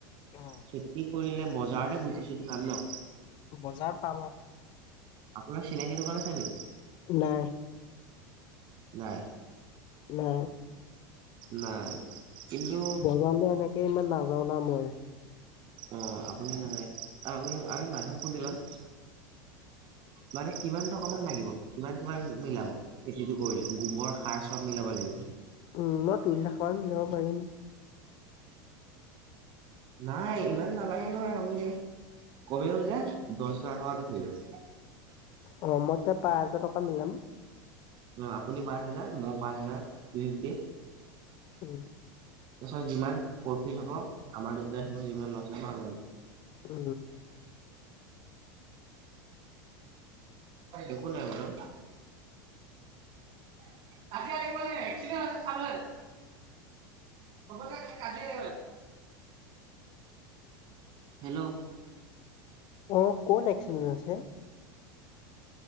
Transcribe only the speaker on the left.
অ
বজাৰত পাম আৰু
নাই
নাই।
বজালে এনেকে ইমান নাম যাও ন মই
উম মই দুই লাখ মান মিলাব পাৰিম
অ মই এয়া পাঁচ হাজাৰ টকা মিলাম
উম
উ
অ কন একসিডেণ্টছে